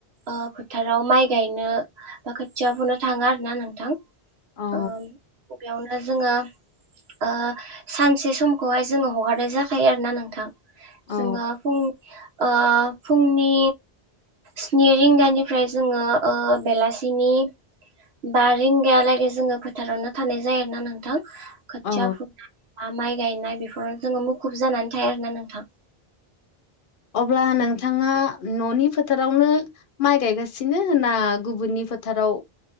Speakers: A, on the right (about 80°); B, on the left (about 60°).
A: ओ फोथाराव माइ गायनो बा खोथिया बोननो थाङा आरो ना नोंथां
B: औ
A: ओ बेयावनो जोङो ओ सानसे समखौहाय जोङो हगारनाय जाखायो आरोना नोंथां
B: औ
A: जोङो फुं ओ फुंनि स्नि रिंगानिफ्राय जोङो ओ बेलासिनि बा रिंगायालागै जोङो फोथारावनो थानाय जायोना नोंथां खोथिया
B: औ
A: फुनाय बा माइ गायनाय बेफोरावनो जोङो मुखुब जानानै थायो आरोना नोंथां
B: अब्ला नोंथाङा न'नि फोथारावनो माइ गायगासिनो ना गुबुननि फोथाराव